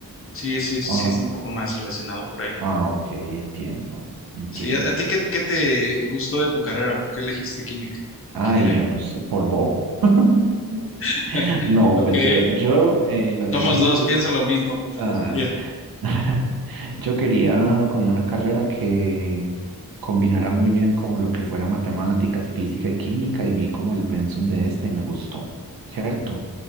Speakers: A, on the left (about 35°); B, on the right (about 70°).
A: Sí, sí, sí
B: Ah,
A: está un poco más relacionado por ahí.
B: ah, ok, entiendo, entiendo.
A: Sí, ¿a, a ti qué, qué te gustó de tu carrera? ¿Por qué elegiste química?
B: Ay,
A: Ingeniería
B: yo
A: química.
B: no sé, por bobo. <laughs>
A: <laughs>
B: No,
A: Ok.
B: pues yo, yo eh, la escogí
A: Somos dos,
B: porque
A: piensa lo mismo con filosofía.
B: ah, <laughs> yo quería como una carrera que combinara muy bien como lo que fuera matemáticas, física y química y vi como el pensum de esta y me gustó, ¿cierto?